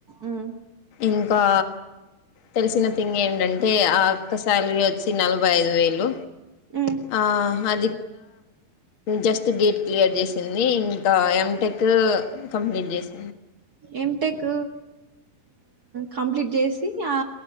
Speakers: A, on the right (about 40°); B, on the left (about 65°).
A: ఉమ్
B: ఇంకా తెలిసిన ఇంగ ఏంటంటే ఆహ్ ఆక్క సాలరీ వచ్చి నలభై ఐదు వేలు
A: ఉమ్
B: అ జస్ట్ గేట్ క్లియర్ చేసింది ఇంకా ఎటెక్ కంప్లీట్ చేసి
A: ఎం టెక్ కంప్లీట్ చేసి ఆ